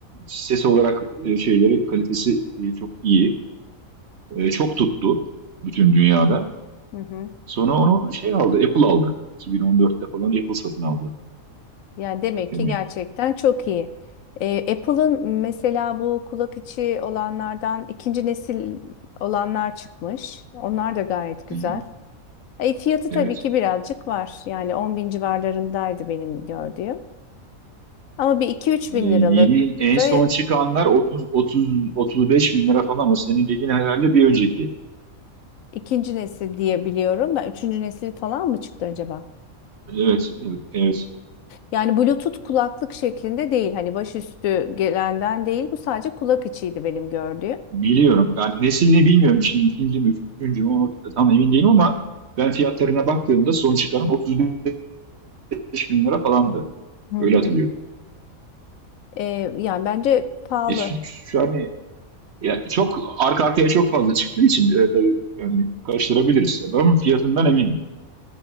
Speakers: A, on the right; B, on the left.
A: ses olarak e, şeyleri kalitesi e, çok iyi. E, çok tuttu bütün dünyada.
B: Hı hı.
A: Sonra onu şey aldı, Apple aldı. 2014'te falan Apple satın aldı
B: Yani demek
A: firmayı.
B: ki gerçekten çok iyi. Ee, Apple'ın mesela bu kulak içi olanlardan ikinci nesil olanlar çıkmış. Onlar da gayet güzel.
A: Hı hı.
B: E, fiyatı
A: Evet.
B: tabii ki birazcık var. Yani 10 bin civarlarındaydı benim gördüğüm. Ama bir iki üç
A: Ee,
B: bin
A: yeni
B: liralık
A: en
B: da
A: son çıkanlar 30 30 35 bin lira falan o senin dediğin herhalde bir önceki.
B: ikinci nesil diye biliyorum. Ben üçüncü nesil falan mı çıktı acaba?
A: Evet, evet.
B: Yani Bluetooth kulaklık şeklinde değil. Hani başüstü gelenden değil. Bu sadece kulak içiydi benim gördüğüm.
A: Biliyorum. Yani neslini bilmiyorum şimdi ikinci mi üçüncü mü onu tam emin değilim ama ben fiyatlarına baktığımda son çıkaran 35 bin lira falandı.
B: Hı hı.
A: Öyle hatırlıyorum.
B: Ee, yani bence pahalı.
A: E, şu, şu an e, ya çok arka arkaya çok fazla çıktığı için e, tabii yani karıştırabiliriz. Ama fiyatından eminim.